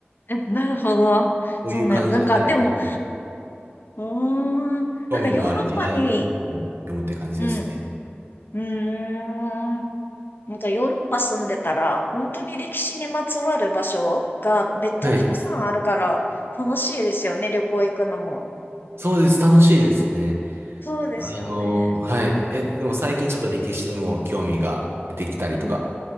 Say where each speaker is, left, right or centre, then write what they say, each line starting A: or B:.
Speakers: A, on the left; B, on the right.
A: えなるほど。
B: ういう感じで、
A: そうね。なんか、
B: はい、
A: でも、
B: あの、
A: うーん。なんかヨーロッパに、
B: 興味のある時代の本を読むって感じですね。
A: うん。うーん。なんかヨーロッパ住んでたら、本当に歴史にまつわる場所がめっちゃたくさんあるから、
B: はい。
A: 楽しいですよね、旅行行くのも。
B: そうです。楽しいですね。
A: そうですよね。
B: あの、はい。え、でも最近ちょっと歴史にも興味が出てきたりとか
A: うん。